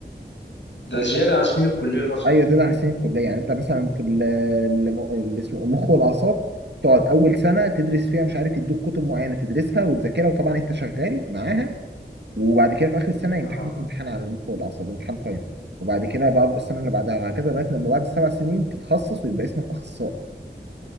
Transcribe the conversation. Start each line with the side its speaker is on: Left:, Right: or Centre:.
Left: ده
Right: كل
Left: زياده على سنين الكليه اصلا
Right: ايوه زياده عن سنين الكليه يعني انت مثلا في ال- الم- اللي اسمه المخ والاعصاب تقعد اول سنه تدرس فيها مش عارف يدوك كتب معينه تدرسها وتذاكرها وطبعا انت شغال معاها وبعد كده في اخر السنه يمتحنوك
Left: اه
Right: امتحان على المخ والاعصاب امتحان فاينل وبعد كده بعد السنه اللي بعدها وهكذا لغايه لما بعد السبع سنين تتخصص ويبقى اسمك اخصائي